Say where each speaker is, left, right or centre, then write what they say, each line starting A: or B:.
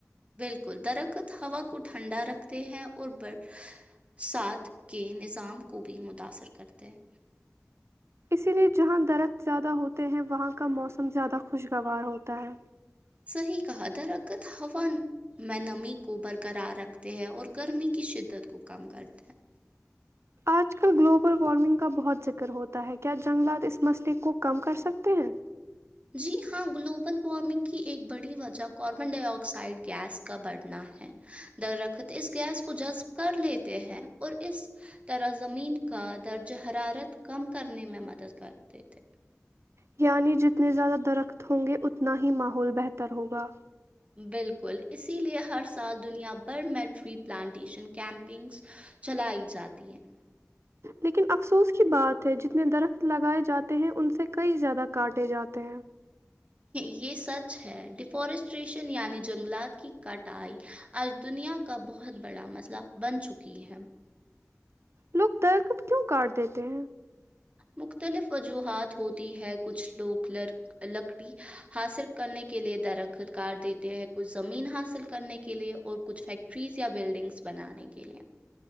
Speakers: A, on the right; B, on the right.
A: بالکل درخت ہوا کو ٹھنڈا رکھتے ہیں اور برسات کے نظام کو بھی متاثر کرتے ہیں
B: اسی لیے جہاں درخت زیادہ ہوتے ہیں وہاں کا موسم زیادہ خوشگوار ہوتا ہے
A: صحیح کہا درکت ہوا میں نمی کو برقرار رکھتے ہیں اور گرمی کی شدت کو کم کرتے ہیں
B: آج کل گلوبل وارمنگ کا بہت ذکر ہوتا ہے کیا جنگلات اس مسئلے کو کم کر سکتے ہیں
A: جی ہاں گلوبل وارمنگ کی ایک بڑی وجہ کاربن ڈائی آکسائڈ گیس کا بڑھنا ہے در ر اس گیس کو جذب کر لیتے ہیں اور اس طرح زمین کا درجہ حرارت کم کرنے میں مدد کرتے تھے
B: یعنی جتنے زیادہ درخت ہوں گے اتنا ہی ماحول بہتر ہوگا
A: بالکل اسی لیے ہر سال دنیا بھر میں ٹری پلانٹیشن کیمپنگس چلائی جاتی ہیں
B: لیکن افسوس کی بات ہے جتنے درخت لگائے جاتے ہیں ان سے کئی زیادہ کاٹے جاتے ہیں
A: یہ سچ ہے ڈیفارسٹریشن یعنی جنگلات کی کٹائی آج دنیا کا بہت بڑا مسئلہ بن چکی ہے
B: لوگ در کب کیوں کاٹ دیتے ہیں
A: مختلف وجوہات ہوتی ہے کچھ لوگ لکڑی حاصل کرنے کے لئے درخت کار دیتے ہیں کچھ زمین حاصل کرنے کے لئے اور کچھ فیکٹریز یا بلڈنگس بنانے کے لئے